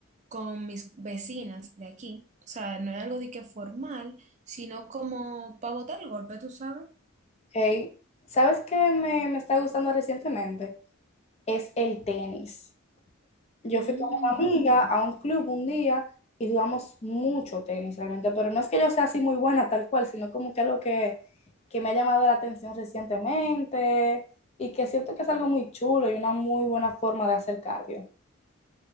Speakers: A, on the right; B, on the left.
A: con mis vecinas de aquí. O sea, no es algo de que formal, sino como para botar el golpe, tú sabes.
B: Hey, ¿sabes qué me, me está gustando recientemente? Es el tenis. Yo
A: Mm,
B: fui con una amiga a un club un día y jugamos mucho tenis realmente, pero no es que yo sea así muy buena tal cual, sino como que algo que, que me ha llamado la atención recientemente y que siento que es algo muy chulo y una muy buena forma de hacer cardio.